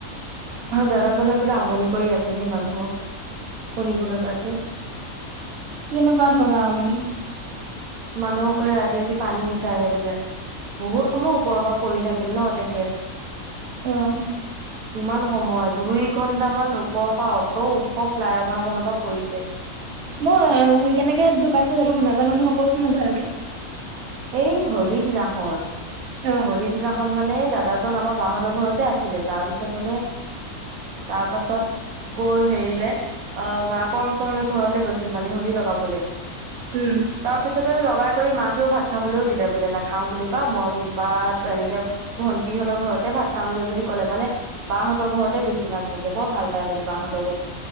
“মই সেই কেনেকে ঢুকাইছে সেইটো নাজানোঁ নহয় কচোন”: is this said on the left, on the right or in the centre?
Right